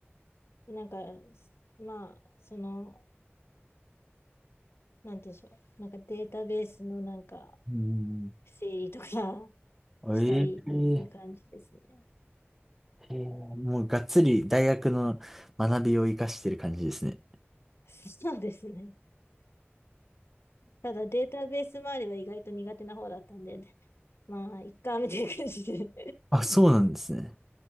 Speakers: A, on the left; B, in the centre.
A: なんか、まあ、その、なんていうんでしょう。なんかデータベースのなんか
B: うん。
A: 整理とか <laughs>
B: ええ、
A: したりっていう感じですね。
B: へえもうがっつり大学の学びを活かしてる感じですね。
A: そうですね。ただデータベース周りは意外と苦手な方だったんで、まあ、いっか、みたいな感じで
B: あ、そうなんですね。